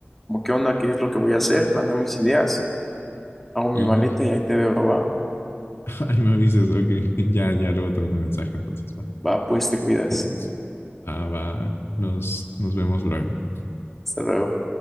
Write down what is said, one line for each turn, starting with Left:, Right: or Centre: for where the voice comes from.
Centre: cómo qué onda, qué es lo que voy a hacer, planeo mis ideas, hago mi
Left: Y...
Centre: maleta y ahí te veo, va.
Left: <laughs> Ay, me avisas, ok, <laughs> ya, ya, luego te mando mensaje, entonces, va.
Centre: Va, pues te cuidas.
Left: Eso. Ah, va. Nos, nos vemos luego.
Centre: Hasta luego.